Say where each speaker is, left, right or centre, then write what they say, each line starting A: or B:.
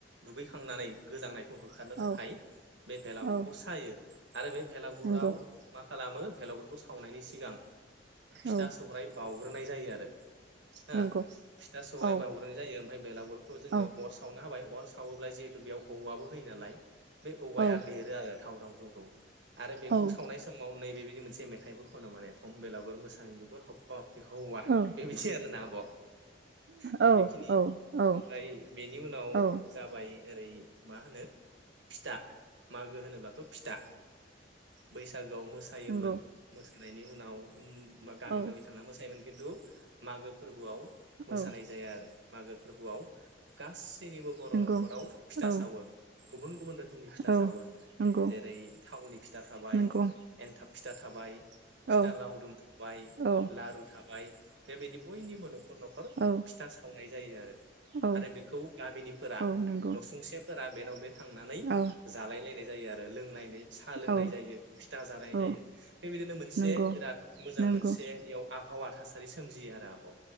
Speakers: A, on the right; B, on the right.
A: दुगैखांनानै गोजांनाय ह होखारनो
B: औ
A: थाखाय बे भेलाउरखौ
B: औ
A: सायो आरो बे भेलागुराव
B: नंगौ
A: मा खालामो फेलागुरखौ स आवनायनि सिगां फिथा
B: औ
A: सौराय बावउग्रोन नाय जायो आरो। फिथा
B: नंगौ
A: फिथा सौराइ
B: औ
A: बावउग्रोनाय जायो ओमफाय बेलागुर खौ जोङो
B: औ
A: अर सावनो होबाय अर सावोब्ला जिहेतु बेयाव औवाबो होयो नालाय बे औवाया
B: औ
A: बेरो आरो थाव-थाव थौ-थौ आरो बेखौ
B: औ
A: सावनाय समाव नैबे बि मोनसे मेथाइबो खनो माने खम बेलागुर मोसानाय बिगुर हफफा हफफि हौवा
B: औ
A: बेबायदि आरोना आब' दा
B: औ
A: बेखिनि
B: औ औ
A: ओमफ्राय बेनि उनाव
B: औ
A: जाबाय ओरै मा होनो फिथा मागो होनोब्ला थ' फिथा बैसागो बाव मोसायोमोन
B: नंगौ
A: मोसानाय बेनि उनाव ओम बा गामि
B: औ
A: गामि थांना मोसायोमोन खिन्थु मागो फोरबोआव मोसानाय
B: औ औ
A: जाया आरो। मागो फोरबोआव गासैनिबो बर'
B: नंगौ
A: न'खराव फिथा
B: औ
A: सावो। गुबुन गुबुन रोखोमनि फिथा
B: औ
A: सावो
B: नंगौ
A: जेरै थावनि फिथा थाबाय,
B: नंगौ
A: एन्थाब फिथा थाबाय फिथा
B: औ
A: लावदुम थाबाय,
B: औ
A: लारु थाबाय बेबायदि बयनिबो न'खर न'खर
B: औ
A: फिथा सावनाय जायो आरो
B: औ
A: आरो बेखौ गामिनिफोरा
B: औ नंगौ
A: नसुंसे फोरा बेनाव बे थांनानै
B: औ
A: जालाय लायनाय जायो आरो। लोंनाय साहा लोंनाय
B: औ
A: जायो, फिथा जानाय
B: औ
A: जायो बेबायदिनो मोनसे
B: नंगौ
A: बे बिराद मोजां
B: नंगौ
A: मोनसे एयाव आबहावा थासारि सोमजियो आरो आ